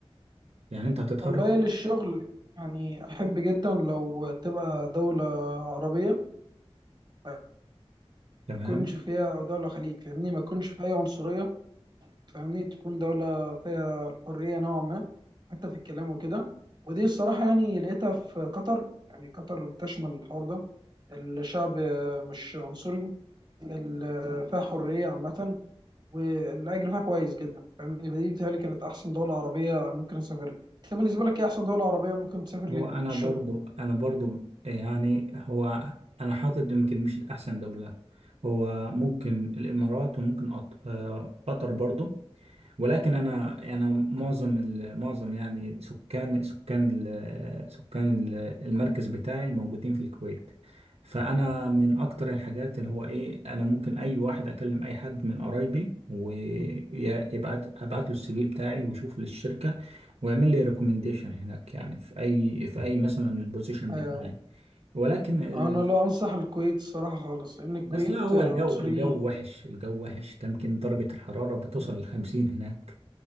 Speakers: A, on the right; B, on the right.
A: يعني أنت هتتخرج
B: والله للشغل يعني احب جدا لو تبقى دولة عربية ما
A: تمام
B: يكونش فيها او دولة خليج فاهمني ما يكونش فيها اي عنصرية فاهمني تكون دولة فيها الحرية نوعا ما حتى في الكلام وكده ودي الصراحة يعني لقيتها في قطر يعني قطر بتشمل الحوار ده الشعب آه، مش عنصري ال- آه، فيها حرية عامة والاجر فيها كويس جدا فاهمني فدي بتهيألي كانت احسن دوله عربيه انا ممكن اسافرها انت بالنسبه لك ايه احسن دوله عربيه ممكن تسافر ليها
A: هو أنا
B: للشغل
A: برضو أنا برضو يعني هو أنا حاطط يمكن مش أحسن دولة هو ممكن الإمارات وممكن قط- آه، قطر برضو ولكن انا انا معظم ال- معظم يعني سكان سكان ال- سكان ال- المركز بتاعي موجودين في الكويت فانا من اكتر الحاجات اللي هو ايه انا ممكن اي واحد اكلم اي حد من قرايبي ويبعت ابعت له السي في بتاعي ويشوف للشركه ويعمل لي ريكومنديشن هناك يعني في اي في اي مثلا البوزيشن
B: آه
A: بتاعي ولكن ال-
B: انا لا انصح الكويت الصراحه خالص ان الكويت
A: بس لا هو
B: آه،
A: الجو
B: عنصريين
A: الجو وحش الجو وحش ده يمكن درجه الحراره بتوصل ل 50 هناك